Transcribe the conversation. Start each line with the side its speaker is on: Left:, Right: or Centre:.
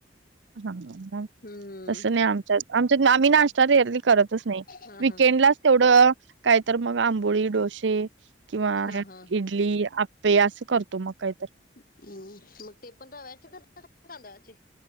Right: हा हा.
Left: हम्म
Right: तसं नाही आमच्या आमच्या आम्ही नाश्ता एरली करतच नाही
Left: हा
Right: वकेंडला.
Left: हा.
Right: तेवढं काय तर मग आंबोळी डोसे. किंवा
Left: हा हा
Right: इडली, आप्पे असं करतो मग काहीतरी.
Left: हम्म, मग ते रव्याचे करता का तांदळाचे?